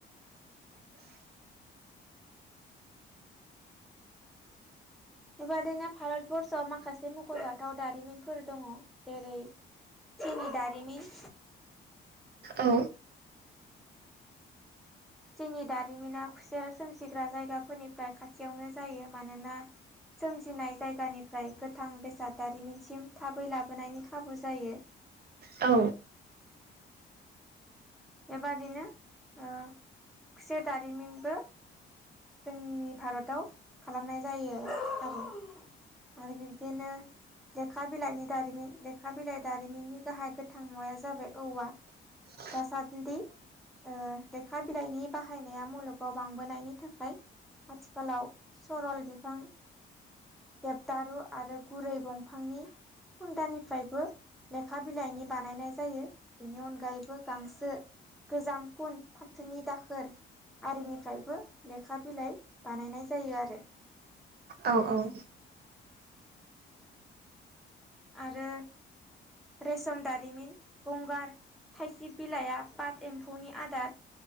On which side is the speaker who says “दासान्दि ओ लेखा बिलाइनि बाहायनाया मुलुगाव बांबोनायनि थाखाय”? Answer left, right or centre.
Centre